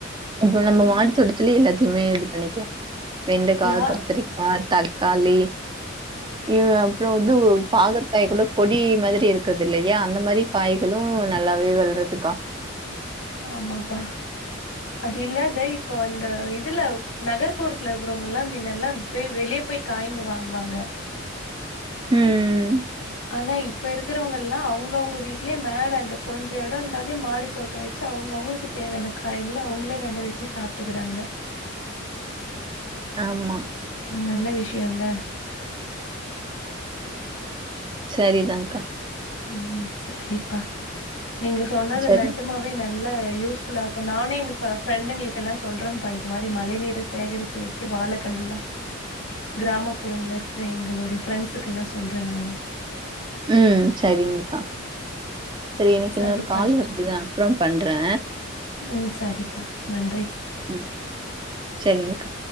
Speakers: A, on the right (about 25°); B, on the left (about 80°).
A: இப்ப நம்ம மாடித்தோட்டத்துலயே எல்லாத்தையுமே இது பண்ணிக்கலா வெண்டைக்கா
B: யா
A: கத்திரிக் ஆ தக்காளி இயு அப்பறோ வந்து பாகற்க்காய் கூட கொடி மாதிரி இருக்குது இல்லையா அந்த மாரி காய்களு நல்லாவே வளருதுக்கா
B: ஆமாப்பா அது இல்லாத இப்போ அந்த இதுல நகர்ப்புறத்துல இருக்குறோ நம்மெல்லா முன்னெல்லா போய் வெளிய போய் காய்ங்க வாங்குவாங்க
A: ம்
B: ஆனா இப்ப இருக்கிறவங்கல்லா அவங்கவுங்க வீடலயே மேல இந்த கொஞ்ச எடோ இருந்தாலே மாடி தோட்டோ வச்சு அவங்க அவங்களுக்கு தேவையான காயங்கள அவங்களே வெல வச்சு சாப்ட்டுக்கறாங்க
A: ஆமா.
B: ம் நல்ல விஷ்யோல்ல
A: சரிதாங்கா
B: ம் சரிப்பா நீங்க சொன்னது
A: சரி.
B: நெஜமாவே நல்லா யூஸ் ஃபுல்லா இருக்கும் நானே எங்க இப்ப ஃப்ரெண்டுங்களுக்கு எல்லா சொல்றம்ப்பா இது மாரி மழை நீர சேகரிச்சு வச்சு வாழக்கண்னல்லா கிராமப்புறங்கள இருக்கிற எங்களுடைய ஃப்ரெண்ட்ஸுக்கெல்லா சொல்றே நானும்
A: ம் சரிங்கக்கா சரி எனக்கு
B: சரிப்பா.
A: இன்னொரு கால் வருது நா அப்றோ பண்றே
B: ம் சரிப்பா நன்றி
A: ம் சரிங்கக்கா